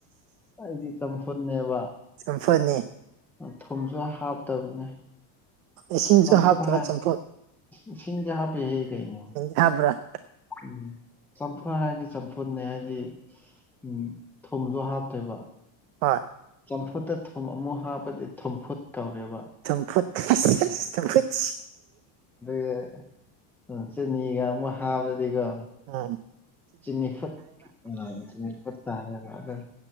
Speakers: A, in the centre; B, on the right.
A: ꯑꯩꯗꯤ ꯆꯝꯐꯨꯠꯅꯦꯕ
B: ꯆꯝꯐꯨꯠꯅꯦ
A: ꯊꯨꯝꯁꯨ ꯍꯥꯞꯇꯕꯅꯦ
B: ꯏꯁꯤꯡꯁꯨ
A: ꯆꯝꯐꯨꯠ
B: ꯍꯥꯞꯇꯕ
A: ꯍꯥ
B: ꯆꯝꯐꯨꯠ
A: ꯏꯁꯤꯡꯗꯤ ꯍꯥꯞꯄꯦ ꯍ‌ꯦ ꯀꯩꯅ‌ꯣ
B: ꯍꯥꯞꯕ꯭ꯔꯥ
A: ꯎꯝ ꯆꯝꯐꯨ ꯍꯥꯏꯗꯤ ꯆꯝꯐꯨꯅꯤ ꯍꯥꯏꯗꯤ ꯎꯝ ꯊꯨꯝꯖ‌ꯣ ꯍꯥꯞꯇꯣꯏꯕ
B: ꯍꯣꯏ
A: ꯆꯝꯐꯨꯠꯇ ꯊꯨꯝ ꯑꯃꯨꯛ ꯍꯥꯞꯄꯗꯤ ꯊꯨꯝꯐꯨꯠ ꯀꯧꯔꯦꯕ
B: ꯆꯝꯄꯨꯠ ꯆꯝꯄꯨꯠꯁ
A: ꯍ ꯎ ꯆꯤꯅꯤꯒ ꯑꯃꯨꯛ ꯍꯥꯞꯕ꯭ꯔꯗꯤꯀꯣ
B: ꯎꯝ
A: ꯆꯤꯅꯤ ꯐꯨꯠ ꯑ ꯆꯤꯅꯤ ꯐꯨꯠ ꯇꯥꯔ‌ꯦꯕ ꯑꯗ‌ꯣ ꯆꯝ